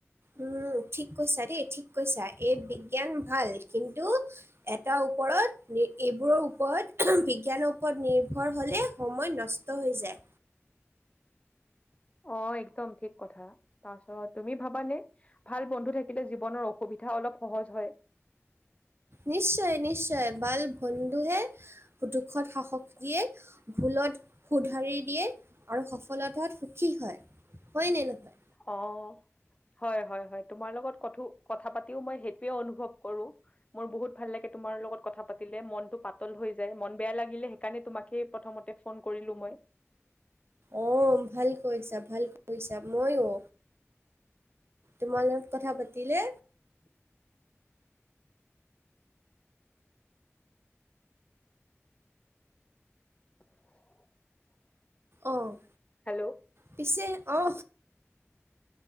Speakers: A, on the right (about 55°); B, on the left (about 25°).
A: উম, ঠিক কৈছা দেই, ঠিক কৈছা, এই বিজ্ঞান ভাল কিন্তু এটাৰ ওপৰত, এইবোৰৰ ওপৰত, বিজ্ঞানৰ ওপৰত নিৰ্ভৰ হ'লে সময় নষ্ট হৈ যায়।
B: অ', একদম ঠিক কথা, তাৰপাছত তুমি ভাবানে ভাল বন্ধু থাকিলে জীৱনৰ অসুবিধা অলপ সহজ হয়।
A: নিশ্চয় নিশ্চয়, ভাল বন্ধু হে দুখত সাহস দিয়ে, ভুলত শুধাৰি দিয়ে। আৰু সফলতাত সুখী হয়, হয় নে নহয়?
B: অ', হয়, হয়, হয়, তোমাৰ লগত কথো কথা পাতিও মই সেইটোৱে অনুভৱ কৰো। মোৰ বহুত ভাল লাগে, তোমাৰ লগত কথা পাতিলে, মনটো পাতল হৈ যায়, মন বেয়া লাগিলে সেইকাৰণে তোমাকে প্ৰথমতে ফোন কৰিলো মই।
A: অ', ভাল কৰিছা, ভাল কৰিছা মইও। তোমাৰ লগত কথা পাতিলে
B: <inaudible>
A: অ'।
B: হেল্ল'।
A: পিছে অ'।